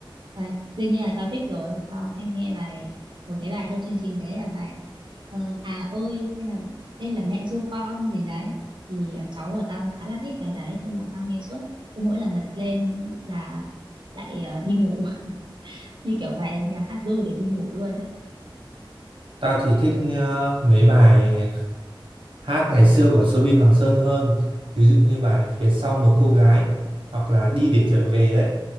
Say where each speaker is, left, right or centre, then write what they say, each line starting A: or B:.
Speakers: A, on the right (about 60°); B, on the right (about 80°).
A: vậy đương nhiên là tao thích rồi. Tao hay nghe bài một cái bài trong chương trình đấy là bài ờ, à ơi hay là đây là mẹ ru con gì đấy. Thì ờ, cháu của tao khá là thích bài đấy nên là tao nghe suốt. Cứ mỗi lần bật lên là lại ờ, đi ngủ <laughs> như kiểu bài nhạc hát ru để đi ngủ luôn đấy.
B: tao thì thích ờ, mấy bài hát ngày xưa của Soobin Hoàng Sơn hơn ví dụ như bài phía sau một cô gái hoặc là đi để trở về đấy